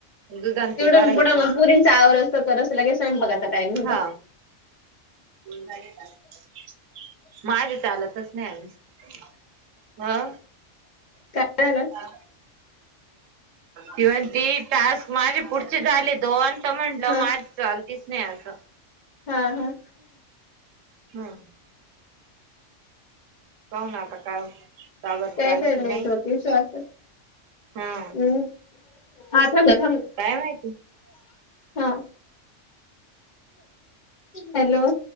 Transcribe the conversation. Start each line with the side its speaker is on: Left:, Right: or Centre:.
Right: दुधान
Left: तीडून
Right: ते भरायचं
Left: पुढं मग पुरींच आवरस्तोवर करस्तो, लगेच स्वयंपाकाचा टायम होतो.
Right: हा <unintelligible> माझे चालतच नाही अजून हा
Left: काय झालं
Right: <unintelligible> ती म्हणते टास्क माझे पुढचे झाले दोन. तर म्हंटलं
Left: हा
Right: माझ चाललीच नाही असं
Left: हा हा.
Right: हा. पाहूना आता काय का बर
Left: काय
Right: चालती
Left: चाललय
Right: नाही
Left: टोपीसवाच.
Right: हा
Left: हम्म हा थांब ना थांब ना.
Right: काय माहिती
Left: हा हॅलो.